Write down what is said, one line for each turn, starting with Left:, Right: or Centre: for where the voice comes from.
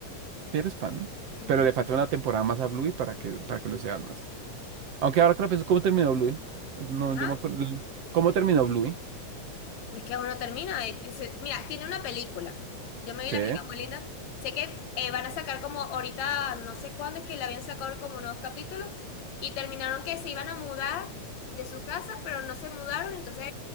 Right: si eres fan,
Left: Ujú.
Right: pero le falta una temporada más a Bluey para que, para que lo seas más. Aunque ahora que lo pienso, ¿cómo terminó Bluey? No,
Left: ¿Ah?
Right: yo me acuerdo. ¿Cómo terminó Bluey?
Left: Es que aún no termina. eh, dice- mira, tiene una película. Yo me vi
Right: Sí,
Left: la película muy linda. Sé que eh, van a sacar como ahorita, no sé cuándo es que la habían sacado como unos capítulos y terminaron que se iban a mudar de su casa, pero no se mudaron. Entonces